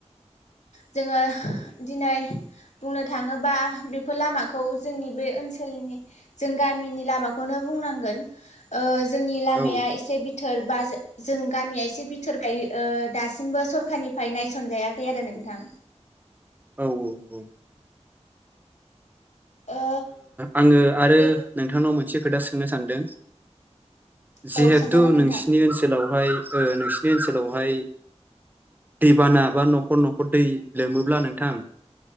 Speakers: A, on the left (about 80°); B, on the right (about 15°).
A: जोङो दिनै बुंनो थाङोबा बेफोर लामाखौ जोंनि बे ओनसोलनि जों गामिनि लामाखौनो बुंनांगोन जोंनि इसे
B: औ
A: बिथोर बा जों गामिया एसे बिथोर गायो दासिमबो सरखारनिफ्राय नायसनजायाखै आरो नोंथां
B: औ औ औ
A: ओ
B: आङो आरो
A: बे
B: नोंथांनाव मोनसे खोथा सोंनो सानदों जिहेथु
A: औ सोंजागोन नोंथां
B: नोंसिनि ओनसोलावहाय नोंसिनि ओनसोलावहाय दैबाना बा न'खर न'खर दै लोमोब्ला नोंथां